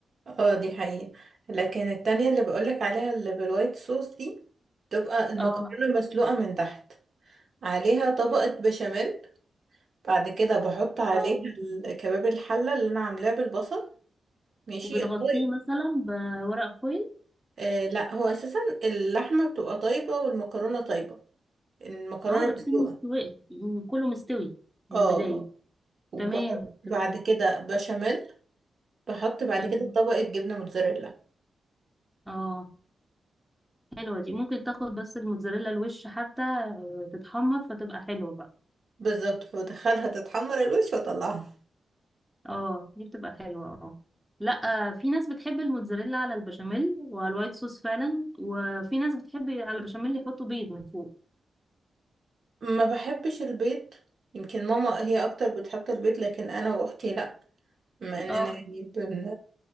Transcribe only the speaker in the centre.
اه
اه
وبتغطيه
مثلا بورق فويل
اه بتكون
مستوي يعني كله مستوي من
البداية
تمام
تمام
تمام
اه حلوة دي ممكن تاخد بس الموتزاريلا الوش حتى آه، تتحمر فتبقى حلوة بقى
اه دي بتبقى حلوة اه لا آه، في ناس بتحب الموتزاريلا على البشاميل وعلى الوايت صوص فعلا وفي ناس بتحب على البشاميل يحطوا بيض من فوق
اه